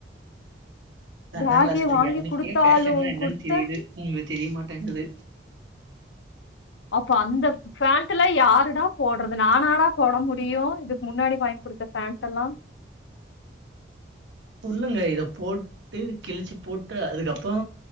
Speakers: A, on the right; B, on the left.
A: ரெண்டா
B: பேகே
A: கிளாஸ் படிக்குற
B: வாங்கி
A: அவனுக்கே
B: குடுத்தாலும்
A: பேஷன்லா என்னன்னு
B: குடுத்த
A: தெரியுது உங்களுக் தெரியமாட்டேங்குது
B: அப்போ அந்த ஃபேண்ட்டு எல்லா யாருடா போடுறது நானடா போட முடியு இதுக்கு முன்னாடி வாங்கி குடுத்த ஃபேண்ட்டு எல்லா
A: சொல்லுங்க இத போட்டு கிழிச்சு போட்டு அதுக்கப்புறோ